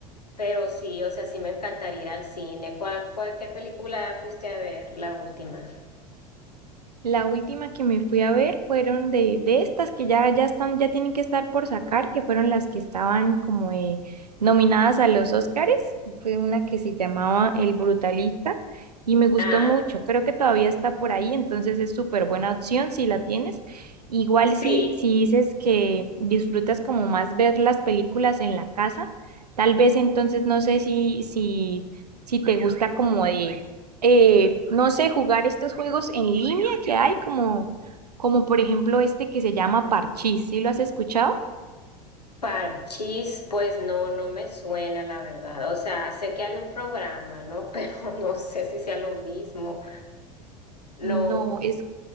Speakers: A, on the left; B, on the right.
A: Pero sí, o sea, sí me encantaría ir al cine. ¿Cuál, cuál- qué película fuiste a ver la última?
B: La última que me fui a ver fueron de, de estas que ya, ya están, ya tienen que estar por sacar, que fueron las que estaban como eh, nominadas a los Oscars. Fue una que se llamaba El Brutalista y me gustó
A: Ah,
B: mucho. Creo que todavía está por ahí, entonces es súper buena opción si la tienes. Igual
A: sí.
B: si, si dices que disfrutas como más ver las películas en la casa, tal vez entonces no sé si, si, si te gusta como de eh, no sé, jugar estos juegos en línea que hay, como, como por ejemplo este que se llama Parchís, ¿sí lo has escuchado?
A: Parchís, pues no, no me suena la verdad. O sea, sé que había un programa, ¿no? <laughs> Pero no sé si sea lo mismo. No.
B: No, es,